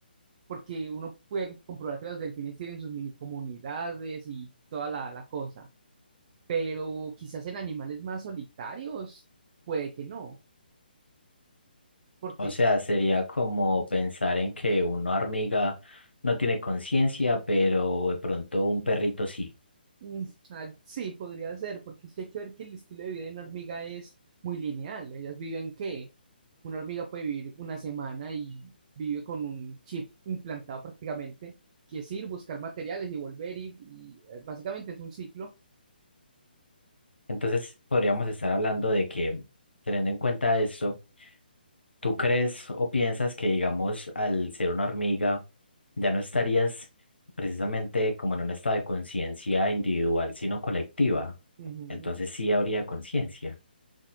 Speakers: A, on the right; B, on the left.
A: Porque uno puede comprobar que los delfines tienen sus mini comunidades y toda la la cosa. pero quizás en animales más solitarios, puede que no, porque
B: O sea, sería como pensar en que una hormiga no tiene conciencia, pero de pronto un perrito sí.
A: mm, ah, sí, podría ser, porque es que hay que ver que el estilo de vida de una hormiga es muy lineal. Ellas viven que una hormiga puede vivir una semana y vive con un chip implantado prácticamente, que es ir, buscar materiales y volver, y, y, eh, básicamente es un ciclo.
B: Entonces, podríamos estar hablando de que, teniendo en cuenta eso, ¿tú crees o piensas que, digamos, al ser una hormiga, ya no estarías precisamente como en un estado de conciencia individual, sino colectiva?
A: Ujú.
B: Entonces sí habría conciencia.